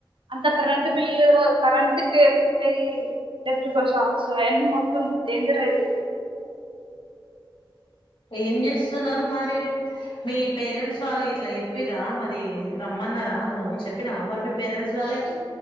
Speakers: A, on the right; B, on the left.
A: అంత కరెంట్ బిల్లు కరెంట్ పెరుగుతాయి <unintelligible> అవన్ని మొత్తం డేంజర్ అయితది
B: ఏం చేస్తున్నారు మరి మీ పేరెంట్స్ వాళ్ళకి ఇట్లా చెప్పిరా మరి రమ్మన్నార నువ్వు చెప్పినావా మరి మీ పేరెంట్స్ వాళ్ళకి